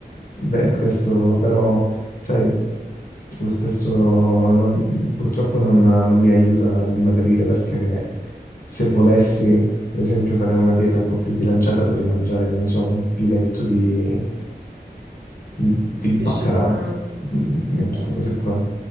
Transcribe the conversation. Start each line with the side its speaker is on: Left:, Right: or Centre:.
Left: Beh, questo però, sai, lo stesso non- purtroppo non, non mi aiuta a dimagrire perché se volessi, per esempio, fare una dieta un po' più bilanciata, potrei mangiare, non so, un filetto di, di baccalà,
Right: Pesce bianco,
Left: di
Right: esatto.
Left: queste cose qua.